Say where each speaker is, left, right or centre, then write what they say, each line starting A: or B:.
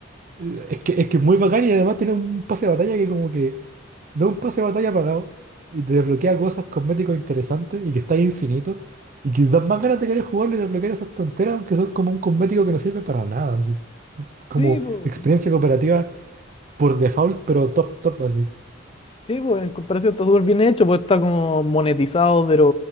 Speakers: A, on the right; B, on the left.
A: Eh, Es que, es que es muy bacán y además tiene un pase de batalla que como que da un pase de batalla pagado y te desbloquea cosas, cosméticos interesantes y que está ahí infinito y que dan más ganas de querer jugarlo y desbloquear esas tonteras, aunque son como un cosmético que no sirve para nada, así. Como
B: Sí, pues.
A: experiencia cooperativa por default, pero top, top, así.
B: Sí, pues en comparación está súper bien hecho, pues está como monetizado, pero